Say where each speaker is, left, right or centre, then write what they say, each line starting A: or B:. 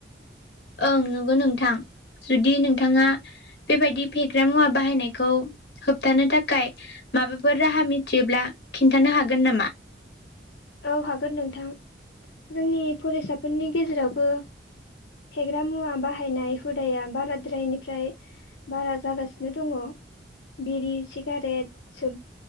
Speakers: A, on the left; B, on the left.
A: ओं नंगौ नोंथां जुदि नोंथाङा बेबायदि फेग्रा मुवा बाहायनायखौ होबथानो थाखाय माबाफोर राहा मिथियोब्ला खिन्थानो हागोन नामा
B: औ हागोन नोंथां जोंनि फरायसाफोरनि गेजेरावबो फेग्रा मुवा बाहायनाय हुदाया बाराद्रायनिफ्राय बारा जागासिनो दङ बिरि सिगारेट